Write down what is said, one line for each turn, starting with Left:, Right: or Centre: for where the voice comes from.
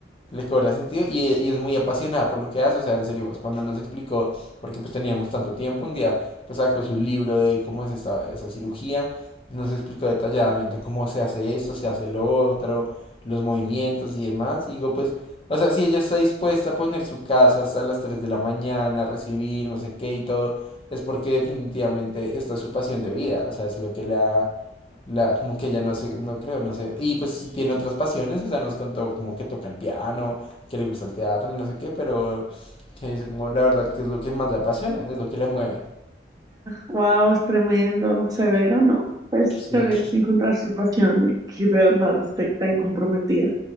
Left: les cobra sentido y, y, es muy apasionada por lo que hace, o sea, en serio, pues cuando nos explicó, porque pues teníamos tanto tiempo, un día pues sacó su libro de cómo es esta, esa cirugía, nos explicó detalladamente cómo se hace esto, se hace lo otro, los movimientos y demás, y digo pues, o sea, si ella está dispuesta a poner su casa hasta las 3 de la mañana, a recibir no sé qué y todo, es porque definitivamente esta es su pasión de vida, o sea, es lo que la la, como que ella no sé, no creo, no sé. Y pues sí tiene otras pasiones, o sea, nos contó como que toca el piano, que le gusta el teatro y no sé qué, pero que dice como la verdad que es lo que más le apasiona, es lo que le mueve.
Right: Wow, es tremendo, severo, ¿no? Pues
Left: Sí.
Right: chévere encontrar su pasión y que de verdad esté tan comprometida.